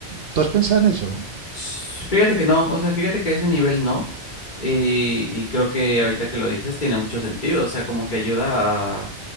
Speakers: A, on the right; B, on the left.
A: ¿Tú has pensado en eso?
B: Sh- Fíjate que no, o sea, fíjate que a ese nivel no. Y, y creo que ahorita que lo dices tiene mucho sentido, o sea, como que ayuda a,